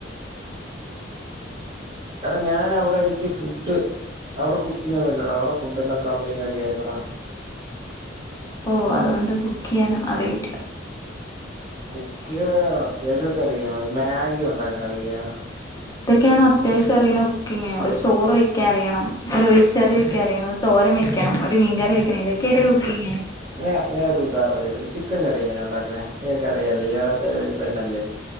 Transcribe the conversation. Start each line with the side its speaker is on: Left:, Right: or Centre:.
Left: മ്മ്
Right: എടാ ഞാൻ അവിടെ എനിക്ക് ഫുഡ് അവിടെ കുക്കിംങ്ങോന്നുല്ലടാ അവിടെ ഫുഡെല്ലാം കമ്പിനിവക ആയിരുന്നെടാ
Left: ഓഹ് അതുകൊണ്ട് കുക്കെയ്യാനും അറിയിടില്ല
Right: കുക്കിങ്‌ ആത്യാവശ്യക്കെ അറിയാ മാഗി ഉണ്ടാക്കാ അറിയാ
Left: ഇതൊക്കെയാണോ അത്യാവശം അറിയുന്ന കുക്കിംഗ് ഒരു ചോറ് വെക്കാൻ അറിയണം ഒരു ഒഴിച്ചറി വെക്കാൻ അറിയണം തോരം വെക്കണം ഒരു മീൻകറി വെക്കണം ഇതൊക്കെല്ലേ കുക്കിങ്ങ്
Right: ന്നാ ഞാനോരു ഉദാഹരണം ചെയ്ക്കെട്ടെ ചിക്കൻ കറി എങ്ങനെ ഉണ്ടാക്ക്ണേ ഇയാക്കറിയാല്ലോ ഇയാള് എന്തായാലൊര് പെണ്ണല്ലേ